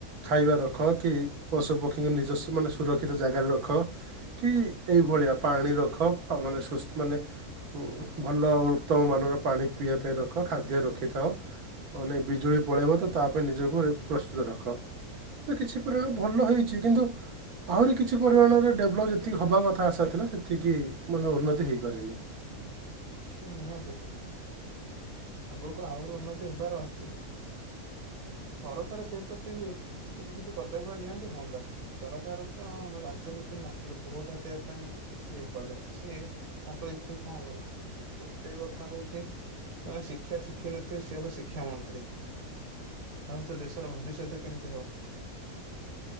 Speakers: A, on the right; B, on the right.
A: ଖାଇବା ରଖ କି ପଶୁପକ୍ଷୀଙ୍କୁ ନିଜ ମାନେ ସୁରକ୍ଷିତ ଜାଗାରେ ରଖ। କି ଏଇଭଳିଆ ପାଣି ରଖ। ମାନେ ସୁସ୍ଥ ମାନେ ଭଲ ଉତ୍ତମ ମାନର ପାଣି ପିଇବା ପାଇଁ ରଖ ଖାଦ୍ୟ ରଖିଥାଉ ମାନେ ବିଜୁଳି ପଳେଇବ ତ ତା ପାଇଁ ନିଜକୁ ପ୍ରସ୍ତୁତ ରଖ କିଛି ପରିମାଣରେ ଭଲ ହେଇଛି କିନ୍ତୁ ଆହୁରି କିଛି ପରିମାଣରେ ଭଲ ଯେତିକି ହବା କଥା ଆଶାଥିଲା ସେତିକି ମାନର ଉନ୍ନତି ହେଇପାରିନି।
B: ନିହାତି ଆଗକୁ ଆହୁରି ଉନ୍ନତି ହେବାର ଅଛି ସରକାର ସେଇ ପ୍ରତି ଯଦି କିଛି ପଦକ୍ଷେପ ନିଅନ୍ତେ ହୁଅନ୍ତା। ସରକାର ତ ରାଜନୀତିରେ ମତିଥିଲେ ଭୋଟ ହାତିବା ପାଇଁ ସିଏ କଲେ ସିଏ ତାଙ୍କର ଏଥିରେ କଣ ଗଲା ଗୋଟେ କଥା ହଉଛି ସେମାନେ ଶିକ୍ଷା ଶିଖି ନଥିବେ ସିଏ ଏବେ ଶିକ୍ଷା ମନ୍ତ୍ରୀ ଆଉତ ତ ଦେଶର ଭବିଷ୍ୟତ କେମିତି ହବ।